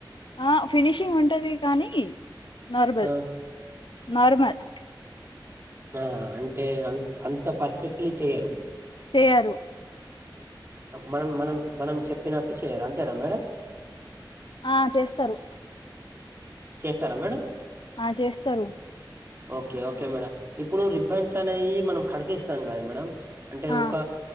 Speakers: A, on the left; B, on the right.
A: ఆ ఫినిషింగ్ ఉంటది కానీ నార్మల్
B: ఆ
A: నార్మల్
B: ఆ అంటే అంత అంత పర్ఫెక్ట్లీ చెయ్యరు
A: చెయ్యరు
B: మనం మనం మనం చెప్పినట్టు చేయాలి అంతేనా మేడం
A: ఆ చేస్తారు
B: చేస్తారా మేడం
A: ఆ చేస్తారు
B: ఓకే ఓకే మేడం ఇప్పుడు రిబన్స్ అనేవి మనం కట్ చేస్తాం కాద మేడం అంటే
A: ఆ
B: ఒక